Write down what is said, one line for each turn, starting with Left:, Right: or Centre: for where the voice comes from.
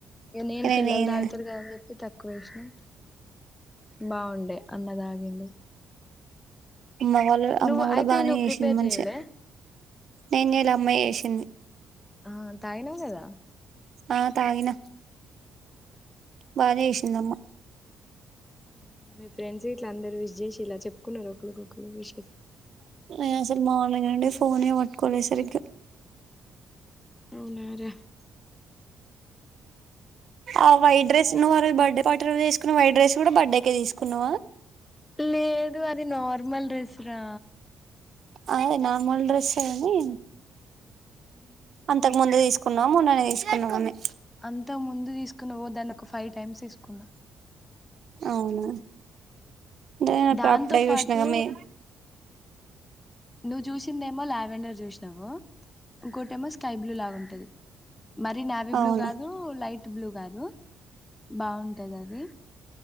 Left: ఇక నేను
Right: నేనేం
Left: పిల్లలు తాగుతారు కదని చెప్పి తక్కువ వేసాన బాగుండే అన్న తాగిండు
Right: అమ్మ వాళ్ళు అమ్మ
Left: నువ్వు
Right: కూడా
Left: అయితే
Right: బాగానే
Left: నువ్వు
Right: చేసింది
Left: ప్రిపేర్
Right: మంచిగా
Left: చేయలే
Right: నేను చేయాలె అమ్మ చేసింది
Left: ఆ తాగినావు గదా
Right: ఆ తాగిన బాగా చేసింది అమ్మ
Left: ఉ మీ ఫ్రెండ్స్ గిట్లా అంద అందరూ విస్ చేసిండ్ల చెప్పుకున్నారు ఒకరికి ఒకరు విషేస్
Right: నేను అసలు మార్నింగ్ నుండి ఫోనే వట్టుకోలే సరిగా
Left: అవునార
Right: ఆ వైట్ డ్రెస్ ను అ రోజు బర్డే పార్టీ రోజు వేసుకున్న వైట్ డ్రెస్ కూడా బర్త్డే కే తీసుకున్నావా
Left: లేదు అది నార్ నార్మల్ డ్రెస్ రా
Right: అదే నార్మల్ డ్రెస్ అయినీ
Left: హ్మ్మ్
Right: అంతకు ముందే తీసుకున్నాము మొన్ననే తీసుకున్నాము అన్ని
Left: అంతా ముందు తీసుకున్న ఓ దాన్ని ఒక ఫైవ్ టైమ్స్ వేసుకున్న
Right: అవునా నే
Left: దాంతో
Right: అప్పుడే
Left: పాటు
Right: చూసినా గాని
Left: నువ్ చూసిందేమో లావెండర్ చూసినావు ఇంకోటేమో స్కైబ్లూ లాగా ఉంటది మరి నావీ
Right: అవును
Left: బ్లూ గాదు లైట్ బ్లూ గాదు బాగున్ తది